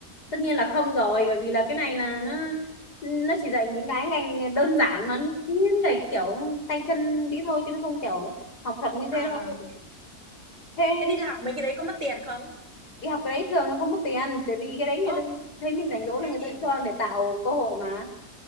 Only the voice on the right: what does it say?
À,
thế đi học mấy cái đấy có mất tiền không?
Ô,
hay
nhỉ?